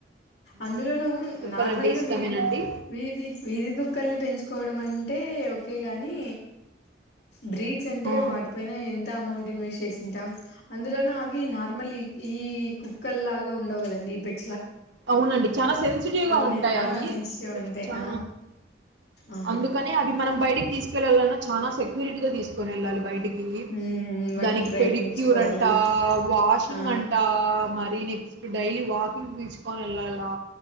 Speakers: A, on the left (about 65°); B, on the right (about 75°).
A: అందులోనూ
B: మీ కుక్కలంటే
A: నార్మల్గా
B: ఇష్టమేనండి
A: వీధి వీధి వీధి కుక్కల్ని పెంచు కోవడం అంటే ఓకేగాని బ్రీడ్స్ అంటే
B: ఆ
A: వాటిపైన ఎంత అమౌంట్ ఇన్వెస్ట్ చేసింటాం అందులోనూ అవి నార్మల్లీ ఈ కుక్ కల్లాగా ఉండవ్ గదండి ఈ బెట్
B: అవునండి చానా సెన్సిటివ్గా
A: మె
B: ఉంటాయి
A: ఆ!
B: అవి
A: సెన్సిటివ్ ఉంటాయి.
B: చా
A: ఆ! అవును.
B: అందుకనే అవి మనం బయటికి తీసుకెళ్ళాలన్నా చానా సెక్యూరిటీతో తీసుకొని వెళ్ళాలి బయటి కి
A: హ్మ్. వాటికి
B: దానికి
A: ట్రైనింగ్
B: పెడిక్యూర్
A: ఇచ్చుకోవాలి.
B: అంట వాషింగ్
A: ఆ!
B: అంటా మరి నెక్స్ట్ డైలీ వాకింగ్ తీస్ కో వెళ్లాలా